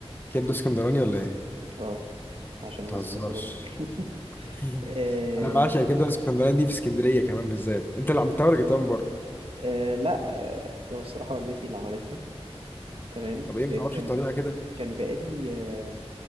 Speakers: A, on the left; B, on the right.
A: كبده اسكندراني ولا ايه
B: اه عشان انا
A: متهزرش
B: اسكندراني <laughs>
A: <laughs>
B: آه
A: انا بعشق كبده اسكندراني دي في اسكندريه كمان بالذات انت اللي عملتها ولا جبتها من بره
B: آه لا آه هو الصراحه والدتي اللي عملتها تمام
A: طب ايه ما
B: آه
A: تعرفش
B: كان
A: الطريقه كده
B: كان بقالي آه